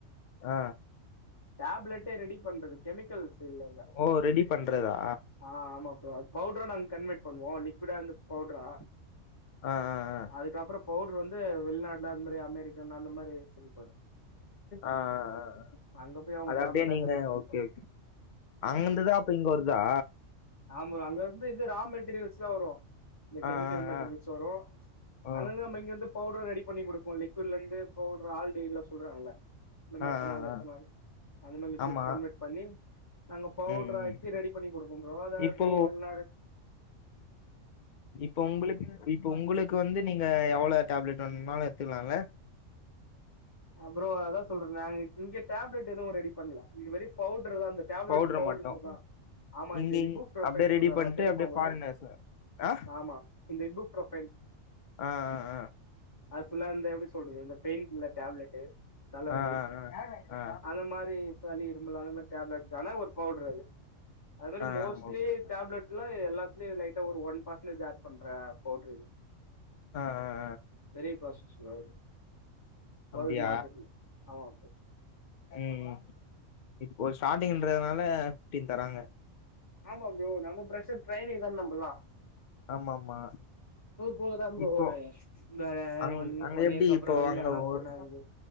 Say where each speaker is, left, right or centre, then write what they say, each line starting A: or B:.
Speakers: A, on the left (about 60°); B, on the left (about 15°).
A: ஆ
B: டேப்லெட்டே ரெடி பண்றது கெமிக்கல் ஃபீல்ல
A: ஓ ரெடி பண்றதா
B: ஆ ஆமா ப்ரோ பவ்ட்ரா நாங்க கன்வட் பண்ணுவோ லிக்யுடா இருந்து பவ்ட்ரா
A: ஆ ஆ
B: அதுக்கப்புறோ பவ்ட்ரு வந்து வெள்நாட்ல அதுமாரி அமெரிக்கால அந்த மாரி செஞ்சிர்ப்பாஙக்
A: ஆ ஆ
B: அங்க போய் அவங்க
A: அது
B: டேப்லெட்டா
A: அப்டியே நீங்க
B: கன்வெர்ட் பண்ணிப்போம்
A: ஓகே ஓகே அங்கிர்ந்துதா அப்ப இங்க வருதா
B: ஆம் ப்ரோ அங்கிர்ந்து இது ரா மெட் டிரியல்ஸ்லா வரு இந்த
A: ஆ
B: கெமிக்கல்
A: ஆ
B: மெட்டீரியல்ஸ்
A: ஆ
B: வரு
A: ஓ
B: அங்கர்ந்தா நம்ம இங்கர்ந்து பவுடர் ரெடி பண்ணி குடுப்போ லிக்யூட்ல இருந்து பவ்ட்ரு ஆல்ட்டு இதுலா சொல்றாங்கள இந்த
A: ஆ
B: மெத்தனால்
A: ஆ ஆ
B: எத்தனால் அந்தமாரி லிக்விட்
A: ஆமா
B: கன்வெட் பண்ணி நாங்க பவ்ட்ராக்கி
A: ம் ம்
B: ரெடி பண்ணி குடுப்போ ப்ரோ அத
A: இப்போ
B: அப்டி வெள்நாடு
A: இப்போ உங்ளுக்கு இப்போ உங்ளுக் வந்து நீங்க எவுளோ டேப்லெட் வேணுன்னாலு எட்த்துக்குலால
B: அ ப்ரோ அதா சொல்றன்ல இங்க டேப்லெட் எதுவு ரெடி பண்ல இது வெரி பவ்ட்ருதா அந்த டேப்லெட்
A: பவுடர்
B: பவ்ட்ரு
A: மட்டு
B: மட்டுந்தா ஆமா
A: இங்க
B: இந்த இது ஃப்ரொஃபைன்
A: அப்டியே ரெடி
B: சொல்றாங்கள
A: பண்ட்டு
B: தெரிமா
A: அப்டியே
B: உங்ளுக்கு
A: ஃபாரினர்ஸ் ஆ
B: ஆமா இந்த இது ஃப்ரொஃபைன்
A: ஆ ஆ ஆ
B: அது ஃபுல்லா இந்த எப்டி சொல்றது இந்த பெய்யிர்க்கும்ல டேப்லெட்டு தலவலி
A: ஆ ஆ ஆ ஆ ஆ
B: அந்த மாரி சளி இருமல் அந்த மாரி டேப்லேட்க்கான ஒரு பவ்ட்ரு அது அது மாரி
A: ஆ
B: மோஸ்ட்லி
A: ஓகே
B: டேப்லெட்ல எல்லாத்துலயு லைட்டா ஒரு ஒன் பர்சன்டேஜ் ஆட் பண்ற பவ்ட்ரு இது
A: ஆ அ
B: பெரிய ப்ராசஸ் ப்ரோ அது பிரவேட்
A: அப்டியா
B: மார்க்கெட்ல ஆமா ப்ரோ
A: ம் இப்போ ஸ்டாட்டிங்கின்றதுனால ஃபிப்டின் தராங்க
B: ஆமா ப்ரோ நா வந்து ஃபிரஷர் ட்ரைனிங்ள தான இருந்தே ஃபுல்லா
A: ஆமாம்மா
B: போக தான் ப்ரோ
A: இப்போ
B: ஒரு வேற
A: அங்
B: ஒன்
A: அங்க
B: ஒன்
A: எப்டி
B: இயர்க்கு அப்புறம்
A: இப்போ
B: வெளில
A: அங்க
B: எங்கனா
A: ஒர்
B: போனா இருக்கு